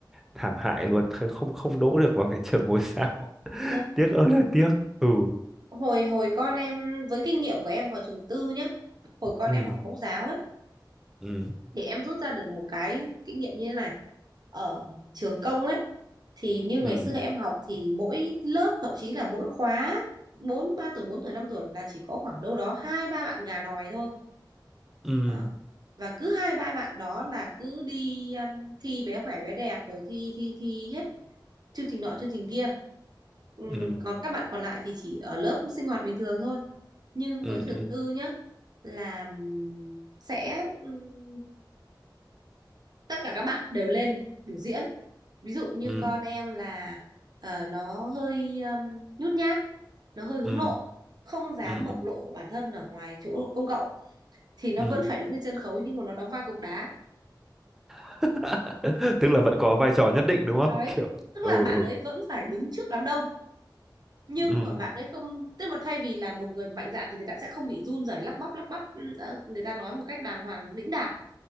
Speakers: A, in the centre; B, on the right (about 55°).
A: thảm hại luôn thế không không đỗ được vào cái trường ngôi sao <laughs>
B: Nhá.
A: tiếc ơi là tiếc ừ
B: Hồi hồi con em với kinh nghiệm của em vào trường tư nhá. Hồi con
A: ừ
B: em học mẫu giáo ấy
A: ừ
B: thì em rút ra được một cái kinh nghiệm như thế này ở trường công ấy thì như
A: ừ
B: ngày xưa em học thì mỗi lớp thậm chí là mỗi khóa bốn ba tuổi bốn tuổi năm tuổi là chỉ có khoảng đâu đó hai ba bạn gà nòi thôi
A: ừ
B: đó và cứ hai ba bạn đó là cứ đi um, thi bé khỏe bé đẹp rồi thi thi thi hết chương trình nọ chương trình kia Ừm,
A: ừ
B: còn các bạn còn lại thì chỉ ở lớp sinh hoạt bình thường thôi nhưng
A: ừ
B: với trường
A: ừ
B: tư nhá là ừm, sẽ ừm, tất cả các bạn đều lên biểu diễn ví dụ như
A: ừ
B: con em là ờ, nó hơi um, nhút nhát nó hơi hướng
A: ừ
B: nội không dám
A: ừ
B: bộc
A: ừ
B: lộ bản thân ở ngoài chỗ công cộng thì nó
A: ừ.
B: vẫn phải đứng trên sân khấu nhưng mà nó đóng vai cục đá
A: <laughs> tức là vẫn có vai trò nhất định đúng
B: đấy
A: không <laughs> kiểu
B: tức
A: ừ
B: là bạn
A: ừ
B: ấy vẫn phải đứng trước đám đông nhưng
A: ừ
B: mà bạn ấy không tức mà thay vì là một người mạnh dạn thì người ta sẽ không bị run rẩy lắp bắp lắp bắp ừ, ờ, người ta nói một cách đàng hoàng đĩnh đạc